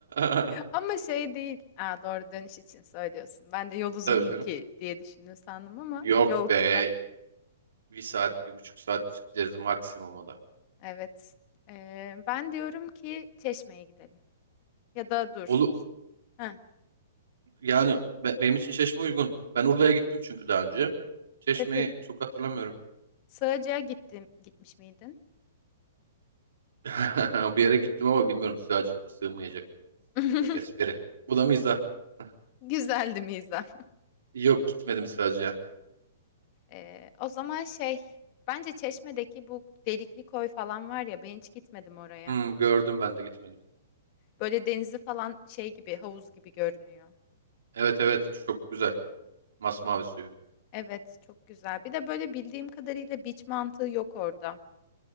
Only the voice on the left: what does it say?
Ama şey değil. Aa, doğru dönüş için söylüyorsun. Ben de yol uzun
mu
ki diye düşündüm sandım ama
yol kısa.
Evet. Ee, ben diyorum ki Çeşme'ye gidelim. Ya da dur.
Ha.
Heh.
Sığacığa gittim, gitmiş miydin?
<laughs>
Güzeldi mizah.
Ee, o zaman şey, bence Çeşme'deki bu delikli koy falan var ya, ben hiç gitmedim oraya.
Böyle denizi falan şey gibi, havuz gibi görünüyor.
Evet, çok güzel. Bir de böyle bildiğim kadarıyla beach mantığı yok orada.